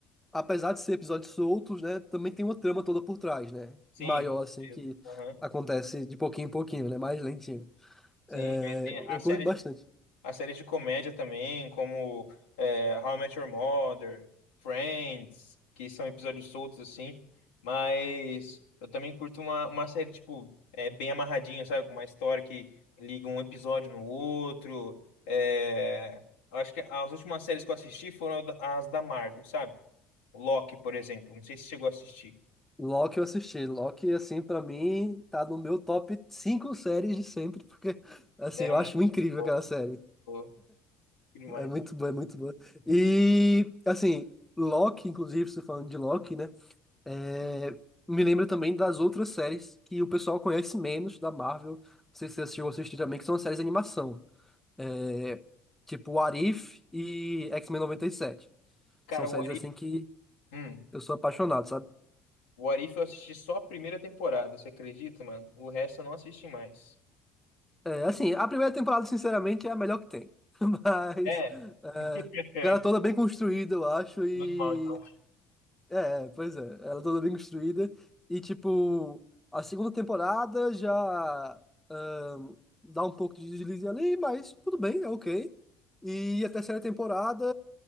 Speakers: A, in the centre; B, on the left (about 75°).
A: apesar de ser episódios soltos, né? Também tem uma trama toda por trás, né?
B: Sim,
A: Maior,
B: com
A: assim,
B: certeza.
A: que
B: Aham.
A: acontece de pouquinho em pouquinho, né? Mais lentinho.
B: Sim,
A: É,
B: aí tem a
A: eu
B: série
A: curto bastante.
B: a série de comédia também, como é, How I Met Your Mother, Friends, que são episódios soltos assim, mas eu também curto uma, uma série, tipo, é, bem amarradinha, sabe? Com uma história que liga um episódio no outro. É, eu acho que as últimas séries que eu assisti foram as da Marvel, sabe? Loki, por exemplo. Não sei se chegou a assistir.
A: Loki eu assisti. Loki, assim, pra mim, tá no meu top 5 séries de sempre, <laughs> porque, assim,
B: É
A: eu
B: muito
A: acho incrível
B: bom,
A: aquela série.
B: pô, demais.
A: É muito boa, é muito boa. E, assim, Loki, inclusive, você falando de Loki, né? é, me lembra também das outras séries que o pessoal conhece menos da Marvel. Não sei se você assistiu ou assistiu também, que são as séries de animação. É, tipo What If e X-Men 97.
B: Cara,
A: que São séries,
B: o What
A: assim,
B: If-
A: que
B: Hum.
A: eu sou apaixonado, sabe?
B: O Arif eu assisti só a primeira temporada, você acredita, mano? O resto eu não assisti mais.
A: É, assim, a primeira temporada, sinceramente, é a melhor que tem. <laughs> Mas
B: É,
A: é,
B: <laughs>
A: ela é toda bem construída, eu acho, e.
B: Normal, então.
A: É, pois é, ela é toda bem construída. E tipo, a segunda temporada já ahn, dá um pouco de deslize ali, mas tudo bem, é ok. E a terceira temporada,